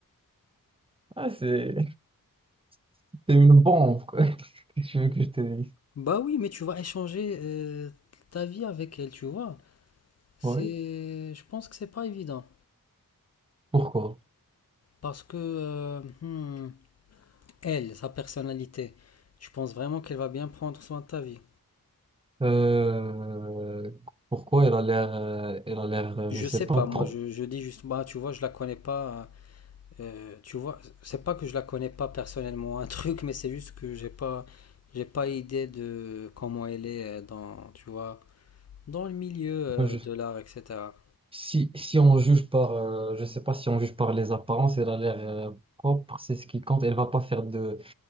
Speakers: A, on the right; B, on the left.
A: Ah, c'est <laughs> c'est une bombe, quoi. <laughs> Qu'est-ce que tu veux que je te dise?
B: Bah oui, mais tu vas échanger euh, ta vie avec elle, tu vois. C'est,
A: Ouais.
B: je pense que c'est pas évident.
A: Pourquoi?
B: Parce que euh, hmm, elle, sa personnalité, je pense vraiment qu'elle va bien prendre soin de ta vie.
A: Euh, pourquoi elle a l'air, euh, elle a l'air, euh,
B: Je
A: je sais
B: sais
A: pas,
B: pas,
A: pro-
B: moi, je, je dis juste, bah, tu vois, je la connais pas. euh, tu vois, c'est pas que je la connais pas personnellement, un <laughs> truc, mais c'est juste que j'ai pas, j'ai pas idée de comment elle est euh, dans, tu vois, dans le milieu euh,
A: moi, je-
B: de l'art, etc.
A: si, si on juge par, euh, je sais pas si on juge par les apparences, elle a l'air euh, propre, c'est ce qui compte. Elle va pas faire de,